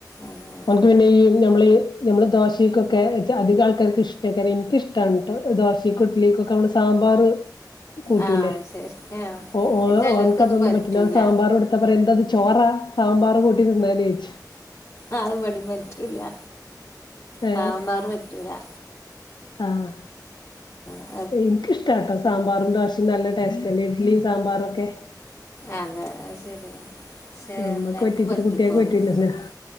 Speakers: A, on the left (about 45°); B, on the left (about 85°).
A: അങ്ങനെ
B: നമ്മളത് പിന്നെ ഈ ഞമ്മള് ഞമ്മള് ദോശയ്ക്കൊക്കെ ച അധിക ആൾക്കാർക്കും ഇഷ്ട്ടായിക്കാരം ഇനിക്കിഷ് ട്ടാണ്‌ട്ടോ ദോശക്കും ഇഡ്ലിക്കൊക്കെ നമ്മള് സാമ്പാറ് കൂട്ടൂല്ലേ
A: ആ അത് ശരി ആ
B: ഓ ഓ
A: അത് ചിലർക്കൊന്നും
B: ഓൻക്ക് അതൊന്നും
A: പറ്റൂല
B: പറ്റില്ലാ ഓൻ സാമ്പാറു എടു ത്താ പറയും എന്താ ഇത് ചോറാ സാമ്പാറും കൂട്ടി തിന്നാന് ചോയിക്കും
A: ആഹ് അത് ഇവിടേം പറ്റൂല്ലാ
B: ഏഹ്
A: സാമ്പാറ് പറ്റൂല്ലാ
B: ആഹ്
A: ആഹ്
B: ഇനിക്കിഷ്ട്ടാട്ടോ സാമ്പാറും ദോശയും നല്ല ടേസ്റ്റല്ലേ ഇഡ്ലി സാമ്പാറൊക്കെ
A: അതെ അത് ശരിയാ ക്ഷെ
B: നമ്മക്ക്
A: എല്ലാർക്കും
B: പറ്റിച്ചിട്ട്
A: പറ്റിക്കോളണന്നില്ലാ
B: കുട്ട്യാക്ക് പറ്റൂലല്ലോ